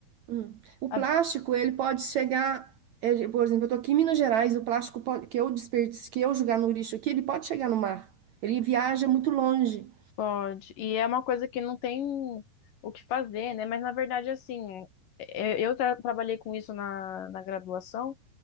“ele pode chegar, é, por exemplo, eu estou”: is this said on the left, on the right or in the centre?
Right